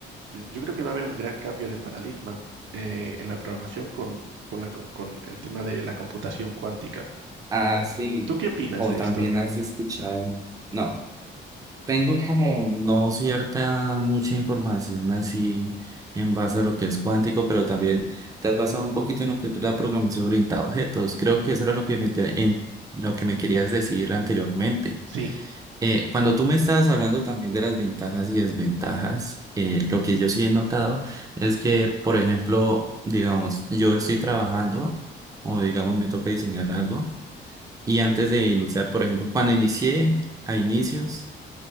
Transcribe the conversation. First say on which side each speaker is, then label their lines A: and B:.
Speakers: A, on the right; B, on the right.
A: Yo creo que va a haber un gran cambio de paradigma eh, en la programación con, con, la co- con el tema de la computación cuántica.
B: Ah, sí.
A: ¿Tú qué opinas
B: O
A: de
B: también
A: esto?
B: has escuchado. No. Tengo como no cierta mucha información así en base a lo que es cuántico, pero también te has basado un poquito en lo que es la programación orientada a objetos. Creo que eso era lo que me, te- en lo que me querías decir anteriormente.
A: Sí,
B: Eh, cuando tú me estabas hablando también de las ventajas y desventajas, eh, lo que yo sí he notado es que, por ejemplo, digamos, yo estoy trabajando o digamos me toca diseñar algo y antes de iniciar, por ejemplo, cuando inicié a inicios